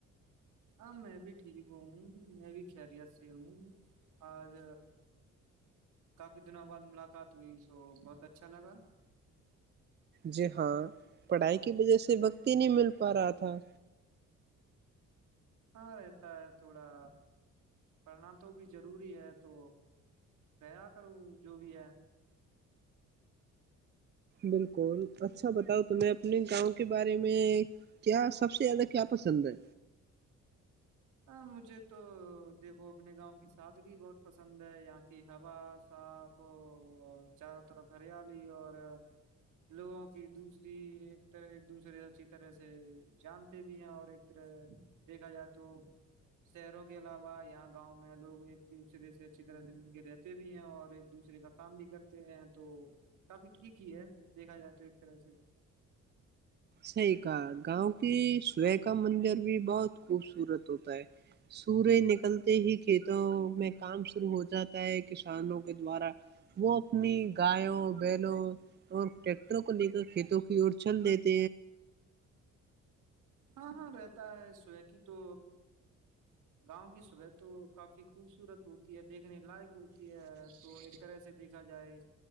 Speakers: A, on the right (about 80°); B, on the right (about 35°).
A: ہاں میں بھی ٹھیک ہ ہوں میں بھی خیریت سے ہوں آج کافی دنوں بعد ملاقات ہوئی سو بہت اچھا لگا
B: جی ہاں پڑھائی کی وجہ سے وقت ہی نہیں مل پا رہا تھا تھا
A: ہاں رہتا ہے تھوڑا پڑھنا تو بھی ضروری ہے تو رہیا کروں جو بھی ہے
B: بالکل اچھا بتاؤ تمہیں اپنے گاؤں کے بارے میں کیا سب سے زیادہ کیا پسند ہے
A: ہاں مجھے تو دیکھو اپنے گاؤں کی سادگی بہت پسند ہے یہاں کی ہوا صاف چاروں طرف ہریالی اور لوگوں کی دوسری ایک طرح ایک دوسرے اچھی طرح سے جانتے بھی ہیں اور ایک طرح دیکھا جائے تو شہروں کے علاوہ یہاں گاؤں میں لوگ ایک دوسرے سے اچھی طرح سے مل کے رہتے بھی ہیں اور ایک دوسرے کا کام بھی کرتے ہیں تو کافی ٹھیک ہی ہے دیکھا جات تو ایک طرح سے
B: صحی کہا گاؤں کی س کا مندر بھی بہت خوبصورت ہوتا ہے سورج نکلتے ہی کھیتوں میں کام شرو ہو جائے جاتا ہے کسانوں کے دوارا وہ اپنی گیوں بیلوں اور ٹریکٹروں کو لے کر کھیتوں کی اور چل دیتے ت
A: ہاں ہاں رہتا ہے صبح کی تو گاؤں کی صبح تو کافی خوبصورت ہوتی ہے دیکھنے لائق ہوتی ہے تو ایک طرح سے دیکھا جائے